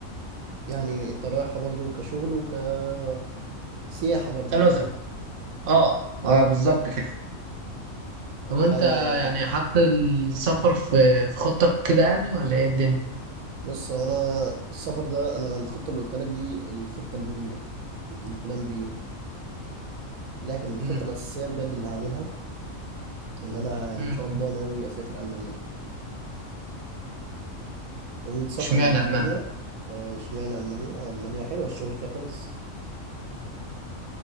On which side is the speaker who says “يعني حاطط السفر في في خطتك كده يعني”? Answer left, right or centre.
Right